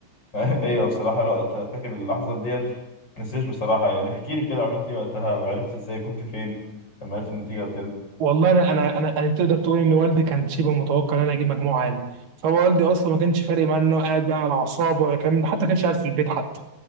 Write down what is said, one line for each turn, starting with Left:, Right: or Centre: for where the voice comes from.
Left: <laughs> ايوه بصراحة الوقت فاكر اللحظة ديت نسيش بصراحة يعني احكي لي كده عملت ايه وقتها وعرفت ازاي كنت فين لما عرفت النتيجة وكده
Right: والله انا انا انا انا تقدر تقول ان والدي كان شبه متوقع ان انا اجيب مجموع عالي فهو والدي اصلا ما كانش فارق معاه انه قاعد بقى على اعصابه ولا كان حتى ما كانش قاعد في البيت حتى